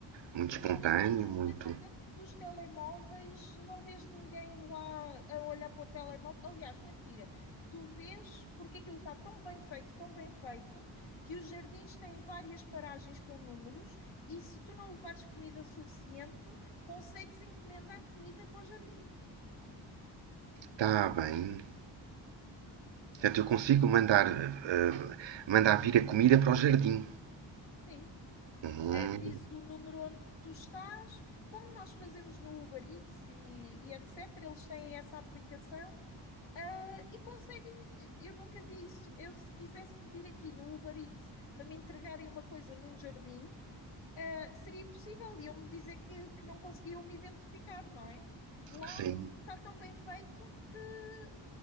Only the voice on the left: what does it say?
e
desligam-se completamente
dos telemóveis, não vês ninguém lá a olhar para o telemóvel. Aliás, mentira. Tu vês porque aquilo está tão bem feito, tão bem feito, que os jardins têm várias paragens com números e se tu não levares comida suficiente, consegues encomendar comida para o jardim.
Sim.
Uh, dizes o número onde tu estás, como nós fazemos no Uber Eats e, e etc., eles têm essa aplicação Ah, e conseguem, eu nunca vi isso. Eu, se quisesse pedir aqui no Uber Eats para me entregarem uma coisa num jardim, ah, seria impossível. Iam-me dizer que, que não conseguiam me identificar, não é? Lá
está tão bem feito que